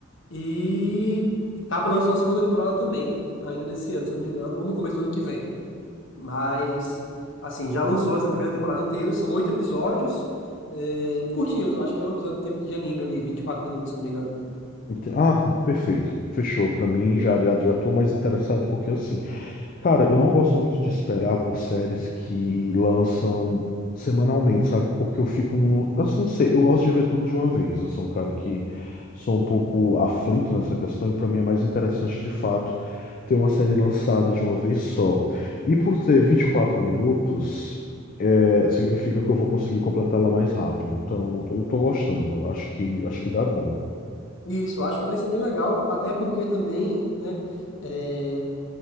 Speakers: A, on the left; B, on the left.
A: E tá pra lançar a segunda temporada também, ainda nesse ano, se eu não me engano, ou no começo do ano que vem. Mas, assim, já lançou essa primeira temporada inteira, são oito episódios, é, curtinhos, eu acho que é um episódio de tempo de anime ali, 24 minutos, se eu não me engano.
B: ente- ah, perfeito. Fechou. Pra mim já já já tô mais interessado porque assim, cara, eu não gosto muito de esperar por séries que lançam semanalmente, sabe? Porque eu fico num, assim, não sei, eu gosto de ver tudo de uma vez. Eu sou um cara que sou um pouco aflito nessa questão e pra mim é mais interessante de fato ter uma série lançada de uma vez só. E por ter 24 minutos, é, significa que eu vou conseguir completá-la mais rápido. Então, eu tô gostando. Acho que acho que dá bom.
A: E isso, eu acho que vai ser bem legal, até porque também, né, é,